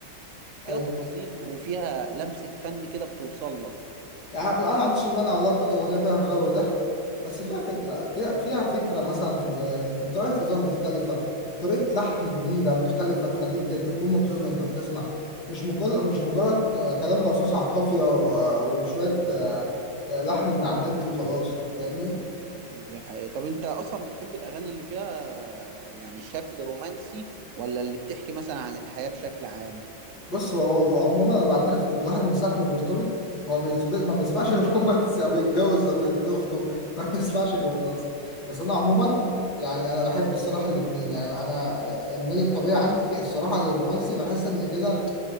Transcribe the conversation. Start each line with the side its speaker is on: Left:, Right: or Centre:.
Right: فيها
Left: ايوه
Right: تفاصيل وفيها لمسه فن كده بتوصل لك
Left: يعني أنا ما عنديش المانع والله تكون الأغنية فيها هزار وضحك بس فيها فكرة فيها فيها فكرة مثلا في ال- طريقة هزار مختلفة طريقة لحن جديدة مختلفة تخليك ت- تكون مبسوط وأنت بتسمع مش مجرد مش مجرد آه، كلام مرصوص على القافية و- وشوية آه، آه، لحن من على النت وخلاص أنت فاهمني؟
Right: دي حقيقة طب انت اصلا بتحب الاغاني اللي فيها يعني شكل رومانسي ولا اللي بتحكي مثلا عن الحياه بشكل عام
Left: بص هو هو عموما انا بعترف ان الواحد من ساعه ما بيرتبط هو بيس- بي- ما بيسمعش <laughs> غير رومانسي او يتجوز او يخطب <laughs> ما بيسمعش غير رومانسي بس انا عموما يعني انا بحب الصراحه الاثنين يعني انا الميل الطبيعي عندي الصراحه للرومانسي بحس ان كده